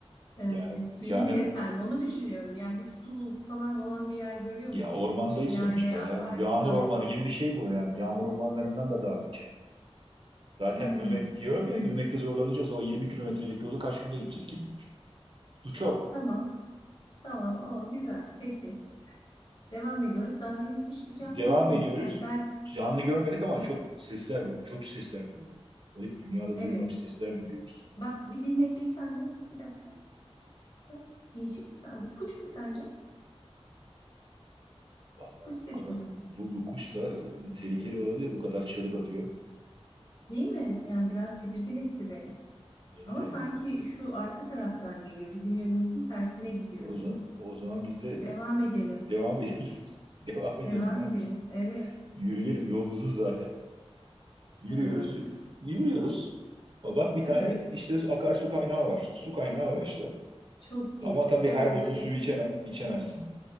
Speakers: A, on the left; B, on the right.
A: Ee,
B: Yani
A: suyumuz
B: yani
A: yeter
B: bu-
A: mi? Onu düşünüyorum. Yani bir su falan olan bir yer görüyor
B: ya
A: musun?
B: ormandayız
A: Şelale,
B: sonuçta
A: akarsa.
B: ya. Bu yağmur ormanı gibi bir şey bu yani. Yağmur ormanlarından da daha şey. Zaten
A: Hmm,
B: yürümek diyorum ya yürümekte zorlanacağız. O 20 kilometrelik yolu kaç günde gideceğiz kim bilir. Su çok.
A: tamam. Tamam. O güzel. Peki. Devam ediyoruz. Daha henüz hiçbir canlı
B: Devam
A: görmedik.
B: ediyoruz.
A: Yani ben
B: Canlı görmedik ama çok sesler, çok sesler duyuyoruz. Garip dünyada
A: evet.
B: duyulmamış sesler duyuyoruz.
A: Bak bir dinle bir saniye. Bir dakika. Bak, değişik. Sen, bu kuş mu sence?
B: Vallahi
A: Kuş sesi
B: bu kadar
A: mi?
B: bu, bu kuşsa tehlikeli olabilir. Bu kadar çığlık atıyor.
A: Değil mi? Yani biraz tedirgin etti beni.
B: Beni
A: Ama
B: de
A: sanki
B: yani.
A: şu arka taraftan geliyor. Bizim yönümüzün tersine gidiyor
B: O
A: gibi.
B: zaman, o zaman biz de
A: Devam edelim.
B: devam edelim. <laughs> Devam edelim
A: Devam
B: ya
A: edelim.
B: biz.
A: Evet.
B: Yürüyelim. Yol uzun zaten. Yürüyoruz.
A: Yani.
B: Yürüyoruz. Ama Bak bir
A: Evet.
B: tane işte akarsu kaynağı var. Su kaynağı var işte.
A: Çok iyi.
B: Ama tabii
A: Hemen
B: her bulduğun
A: böyle.
B: suyu içeme, içemezsin.